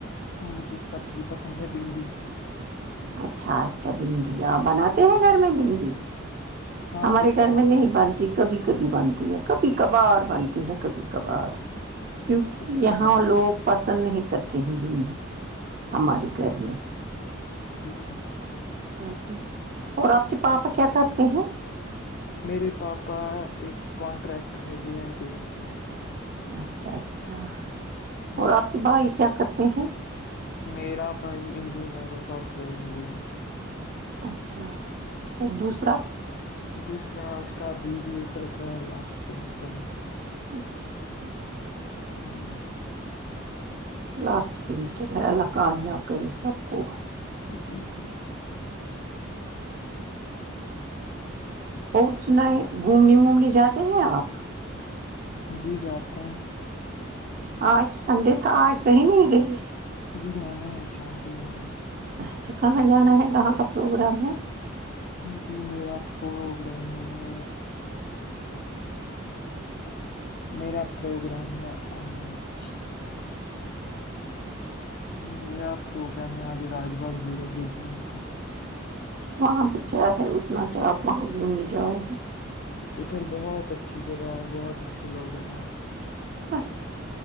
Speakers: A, on the left; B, on the right.
A: مجھے سبزی پسند ہے بھنڈی
B: اچھا اچھا بھنڈی آپ بناتے ہیں گھر میں بھنڈی
A: ہاں
B: ہمارے
A: خود بناتا
B: گھر میں نہیں
A: ہوں
B: بند کبھی کبھی بنتی ہے کبھی کبھار بنتی ہے کبھی کبھار کیوںکہ
A: اچھا کبھی
B: یہاں
A: کبھار بناتے۔
B: لوگ پسند نہیں کرتے ہیں بھنڈی ہمارے
A: اچھا
B: گھر میں
A: اچھا
B: اچھا جی اور آپ کے پاپا کیا کرتے ہیں
A: میرے پاپا ایک کانٹریکٹر ہے جے اینڈ کے بینک میں
B: اچھا اچھا اور
A: جی
B: آپ کے بھائی کیا کرتے ہیں
A: میرا بھائی انجنیئر ہے سافٹ ویئر انجنیئر
B: اچھا اور دوسرا
A: دوسرا اس کا بی بی ا چل رہا ہے لاسٹ سیمسٹر میں
B: اچھا اچھا
A: جی
B: لاسٹ سیمسٹر ہے اللہ کامیاب کرے سب کو
A: جی جی
B: اور سنائیے گھومنے وومنے جاتے ہیں آپ
A: جی جاتا ہوں
B: آج سنڈے تھا آج کہیں نہیں گے
A: جی جانا ہے شام کو جانا ہے
B: اچھا کہاں جانا ہے کہاں کا پروگرام ہے
A: جی میرا پروگرام ہے میرا پروگرام ہے آج میرا پروگرام ہے آج راج باغ زیرو برج جانے کا
B: وہاں پہ کیا ہے اتنا کیا آپ وہاں گھومنے جاؤ گے
A: ادھر بہت اچھی جگہ ہے بہت اچھے لوگ ہیں وہاں
B: آچھا